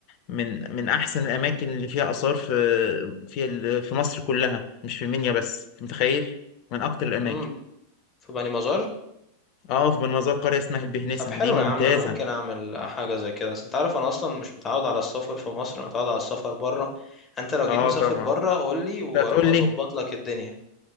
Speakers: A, on the left; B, on the left.
A: من من أحسن الأماكن اللي فيها آثار في في ال- في مصر كلها مش في المنيا بس أنت متخيل من أكتر الأماكن
B: امم في بني مزار
A: اه في مزار قرية اسمها البهنسة
B: طب حلو
A: دي ممتازة
B: يا عم انا ممكن اعمل حاجه زي كده بس انت عارف انا اصلا مش متعود على السفر في مصر انا متعود على السفر بره انت لو
A: اه
B: جيت مسافر
A: طبعا
B: بره قول لي و-
A: أنت هتقول
B: واظبط
A: لي
B: لك الدنيا